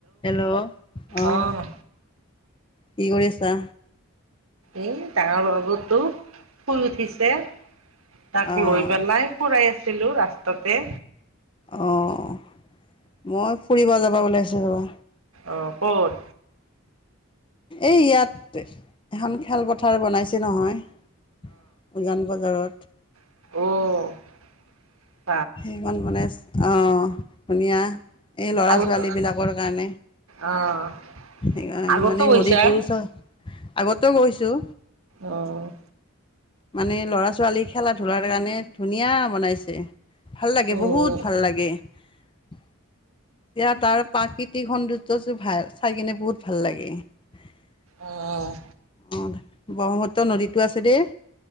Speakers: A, on the left; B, on the right.
A: Hello অ
B: অ'
A: কি কৰি আছা
B: এ ডাঙৰ বাবুতো শুই উঠিছে তাক
A: অহ
B: লৈ পেল নাই ফুৰাই আছ ছিলো ৰা ততে
A: অহ মই ফুৰিব যাবা ওলাইছো য
B: অ ক'ত
A: এই ইয়াত এখন খেলপথাৰ বনাইছে নহয় উজান বজাৰত
B: আহ
A: সমান মানে আহ ধুনীয়া এই ল'ৰা
B: আগতো
A: ছোৱালীবিলাকৰ কাৰণে
B: অ'
A: সকাৰ
B: আগতো
A: মানে
B: গৈছা
A: নদীটো আগত গৈছোঁ
B: আহ
A: মানে ল'ৰা ছোৱালী খেলা ধূলাৰ কাৰণে ধুনীয়া বনাইছে ভাল লাগে
B: উম
A: বহুত ভাল লাগে এতিয়া তাৰ প্ৰাকৃতিক সৌন্দ্যটোৰ ভাল চাই কিনে বহুত ভাল লাগে। আহ ব্ৰক্ষ্মপুত্ৰ
B: অ'
A: নদীতটো আছে দেই